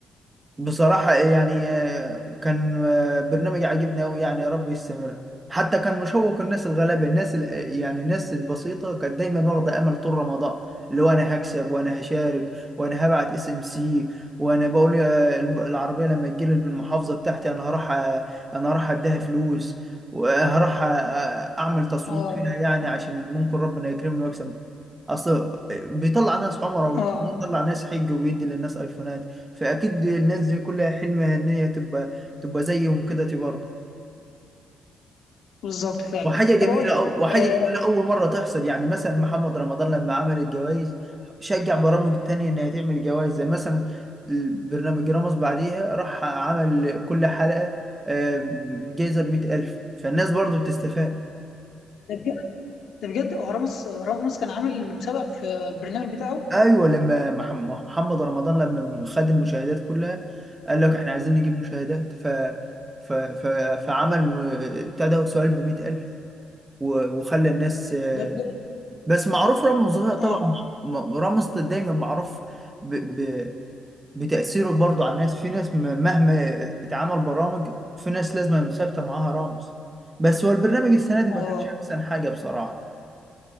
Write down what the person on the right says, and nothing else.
بصراحة يعني آه، كان آه، برنامج عاجبني أوي يعني يا رب يستمر حتى كان مشوق الناس الغلابة الناس ال- آه، يعني الناس البسيطة كانت دايما واخدة أمل طول رمضان اللي هو أنا هكسب وأنا هشارك وأنا هبعت اس ام سي وأنا بقول يا الم- العربية لما تجيلي بالمحافظة بتاعتي أنا هروح أ- أنا هروح أديها فلوس وهروح أ- أ- أعمل تصويت
فيها يعني عشان ممكن ربنا يكرمني وأكسب اصل بيطلع ناس عمره وبيطلع
ناس حج وبيدي للناس ايفونات فاكيد الناس دي كلها حلمها ان هي تبقى تبقى زيهم كده تي برضه
وحاجه جميله
أو وحاجه
جميله اول مره تحصل يعني مثلا محمد رمضان لما عمل الجوائز شجع برامج تانية انها تعمل جوائز زي مثلا برنامج رامز بعديها راح عمل كل حلقه آه، جايزه ب 100000 فالناس برضه بتستفاد
ايوه لما مح- مح- محمد رمضان لما خد المشاهدات كلها قال لك احنا عايزين نجيب مشاهدات ف ف ف فعمل م- بتاع ده سؤال ب 100000 و- وخلى الناس آه،
بس معروف رامز طبعا
م- رامز دايما معروف ب... ب... بتأثيره برضه على الناس في ناس م- مهما اتعمل برامج في ناس لازم ثابتة معاها رامز بس هو البرنامج السنة دي ما
كانش أحسن حاجة بصراحة